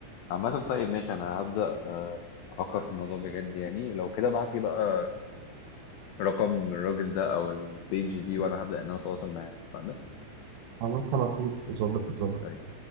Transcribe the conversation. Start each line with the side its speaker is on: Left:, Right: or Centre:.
Left: عامة طيب ماشي انا هبدأ آه، افكر في الموضوع بجد يعني لو كده ابعت لي بقى رقم الراجل ده او البيج دي وانا هبدأ ان انا اتواصل معاه اتفقنا؟
Right: خلاص على طول ظبط الدنيا
Left: طيب